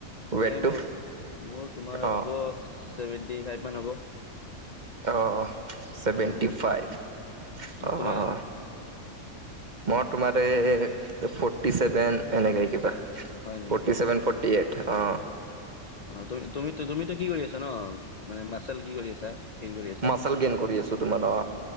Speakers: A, on the right; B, on the left.
A: ৱেটটো?
B: এ, মই তো মোৰ তোমাৰ
A: অ
B: হ'ব ছেভেন্টি ফাইভ মান হ'ব।
A: অঁ অ, ছেভেণ্টি
B: অ
A: ফাইভ অঁ
B: তোমাৰ
A: অঁ।
B: কি
A: মই তোমাৰ এই ফ'ৰৰ্টি চেভেন এনেকা কিবা।
B: হয় নেকি?
A: ফৰ্টি ছেভেন ফৰ্টি এইট অ
B: তুমি তুমি তুমিতো কি কৰি আছা ন? মানে মা্চেল কি কৰি আছা কে কৰি আছা।
A: মাচল গেইন কৰি আছো তোমাৰ অ